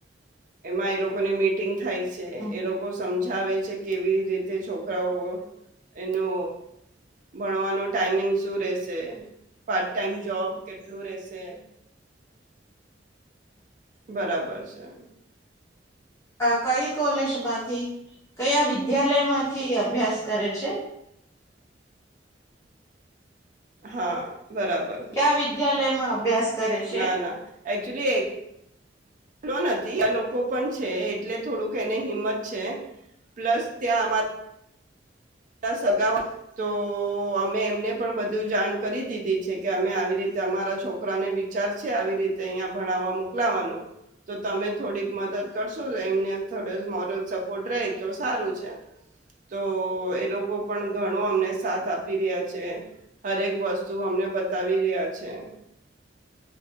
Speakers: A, on the right; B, on the left.
A: એમાં એ લોકોની મીટિંગ થઇ. છે
B: હમ,
A: એ લોકો સમજ સમજાવે છે કેવી રીતે છોકરાઓ એનો ભણવાનો ટાઈમિંગ શું રેશે પાર્ટ ટાઈમ જોબ કેટલું રેશે? બરાબર છે.
B: આ કઈ કોલેજમાંથી, કયા વિદ્યાલયમાંથી અભ્યાસ કરે છે?
A: હા. બરાબર
B: ક્યા વિદ્યાલય માં અભ્યાસ કરે છે
A: ના ના એક્ચુલી એક લો નથી આ લોકો પણ છે, એટલે થોડુંક એને હિંમત છે, પ્લસ ત્યાં અરા સગાવ્હાલા તો અમે એમને પણ બધું જાણ કરી દીધી છે કે અમે આવી રીતે અમારા છોકરાને વિચાર છે આવી રીતે અહીંયા ભણાવવા મોકલાવાનું તો તમે થોડીક મદદ કરશો. એમને થોડ મોરલ સપોર્ટ રહે તો સારું છે તો એ લોકો પણ ઘણો અમને સાથ આપી રહ્યા છે હરેક વસ્તુ અમને બતાવી રહ્યા છે.